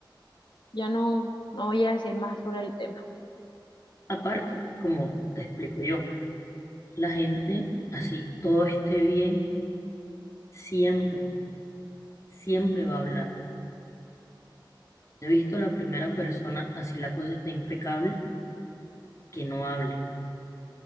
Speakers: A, on the left; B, on the left.
A: ya no, no voy a decir más sobre el tema.
B: aparte, como te explico yo, la gente así, todo esté bien, siempre, siempre va a hablar. He visto la primera persona, así la cosa está impecable, que no hable.